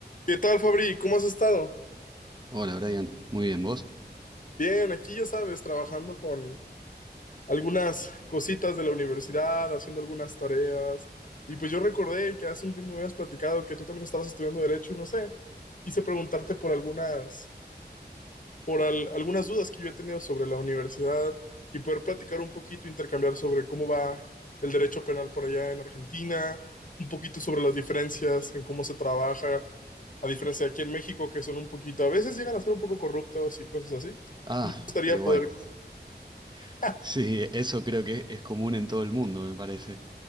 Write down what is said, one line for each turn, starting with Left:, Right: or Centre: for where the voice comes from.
Left: ¿Qué tal, Fabri? ¿Cómo has estado?
Right: Hola Brian, muy bien, ¿vos?
Left: Bien, aquí ya sabes, trabajando con algunas cositas de la universidad, haciendo algunas tareas. Y pues yo recordé que hace un tiempo me habías platicado que tú también estabas estudiando Derecho y no sé, quise preguntarte por algunas, por al- algunas dudas que yo he tenido sobre la universidad y poder platicar un poquito, intercambiar sobre cómo va el derecho penal por allá en Argentina, un poquito sobre las diferencias en cómo se trabaja, a diferencia de aquí en México, que son un poquito, a veces llegan a ser un poco corruptos y cosas así. Entonces
Right: Ah,
Left: me gustaría
Right: y bueno,
Left: poder...
Right: <laughs>
Left: ah,
Right: sí, eso creo que es común en todo el mundo, me parece.